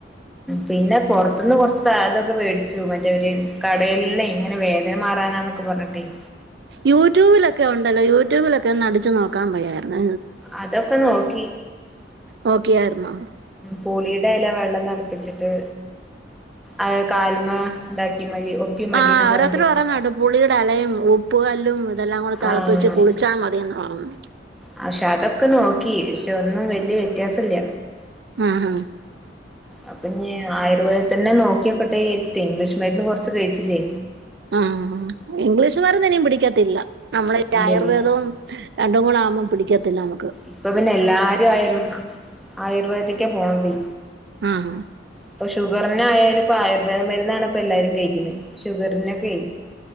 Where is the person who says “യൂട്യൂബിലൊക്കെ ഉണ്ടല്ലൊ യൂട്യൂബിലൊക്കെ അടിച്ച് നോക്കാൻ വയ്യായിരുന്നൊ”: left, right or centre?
Right